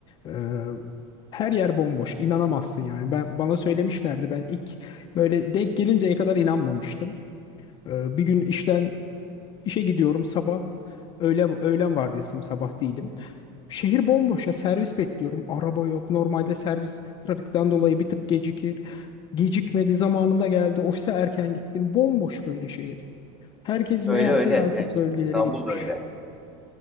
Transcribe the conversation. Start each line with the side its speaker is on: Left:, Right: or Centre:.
Left: Ee, her yer bomboş. İnanamazsın yani. Ben bana söylemişlerdi. Ben ilk böyle denk gelinceye kadar inanmamıştım. Ee, bir gün işten işe gidiyorum sabah. Öğlen, öğlen vardiyasıyım sabah değilim. Şehir bomboş ya servis bekliyorum. Araba yok. Normalde servis trafikten dolayı bir tık gecikir. Gecikmedi zamanında geldi. Ofise erken gittim. Bomboş böyle şehir. Herkes
Centre: Öyle
Left: meğerse
Centre: öyle.
Left: yazlık
Centre: Yani
Left: bölgelere
Centre: İstanbul
Left: gitmiş.
Centre: da öyle.